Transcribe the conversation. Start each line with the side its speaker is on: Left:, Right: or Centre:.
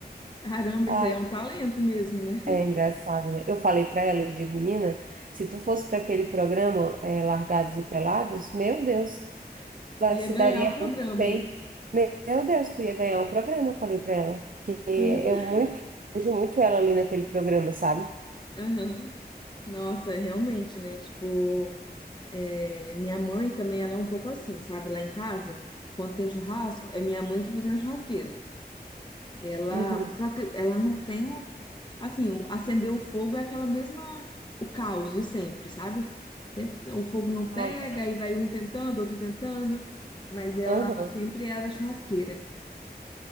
Left: caramba,
Right: <laughs>
Left: isso aí é um talento mesmo, né?
Right: É engraçado, né? Eu falei pra ela, eu digo, menina, se tu fosse para aquele programa é, Largados e Pelados, meu Deus, tu
Left: <laughs>
Right: da-
Left: Ia
Right: se
Left: ganhar
Right: daria
Left: o programa,
Right: muito bem.
Left: né?
Right: Meu Deus, tu ia ganhar o programa, eu falei pra ela. Que
Left: Hum,
Right: eu muito, vejo muito ela ali naquele programa, sabe?
Left: aham. Nossa, realmente, né? Tipo, É, Minha mãe também, ela é um pouco assim, sabe? Lá em casa, quando tem churrasco, é minha mãe que fica na churrasqueira. Ela,
Right: Uhum.
Left: só que ela não tem o, assim, o, acender o fogo é aquela mesma, o caos de sempre, sabe? Sempre- o fogo não pega,
Right: Ah, tá.
Left: aí vai um tentando, outro tentando, mas ela
Right: Aham.
Left: sempre é a da churrasqueira.